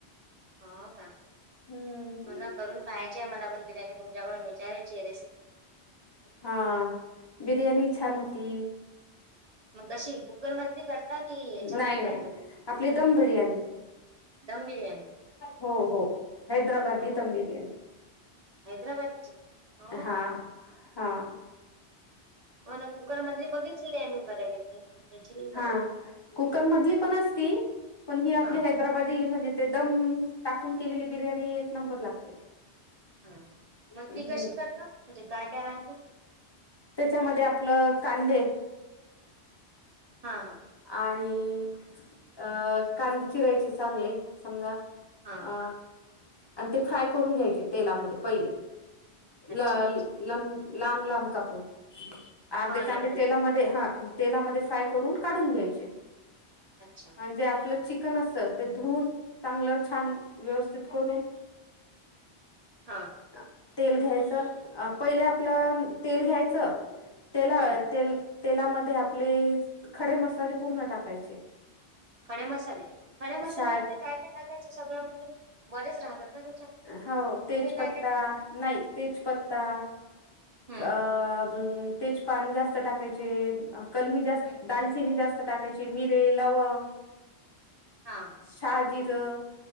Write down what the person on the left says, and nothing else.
हम्म
हा बिर्याणी छान होती.
नाही
नाही
आपली दम बिर्याणी.
हो हो हैदराबादी
दम बिर्याणी.
हा
हा.
हा कुकरमधली पण असती पण ही आपली
हैदराबादी म्हणजे ते दम टाकून केलेली बिर्याणी एक नंबर लागते.
हम्म
त्याच्यामध्ये आपलं कांदे
आणि अ कांदे चिरायचे चांगले समजा
अ आणि ते फ्राय करून घ्यायचे तेलामध्ये पहिले
ल लं लांब लांब कापून अर्धे
कांदे
तेलामध्ये
हा फ्राय करून काडुन घ्यायचे
आन जे आपलं चिक च असत, ते धुऊन, चांगलं छान व्यवस्थित करून,
ऽ तेल घ्यायचं पहिले, आपलं तेल घ्यायचंऽ तेला,
तेलामध्ये आपले खडे मसाले पूर्ण टाकायचे.
शाड
हो,, तेजपत्ता,
नाही तेजपत्ता,
अऽ अून तेजपन जास्त टाकायचे,, कलमी जास्त,
दालचिनी जास्त टाऽ त्याची मिरे, लवंग,
शहाजिरं,,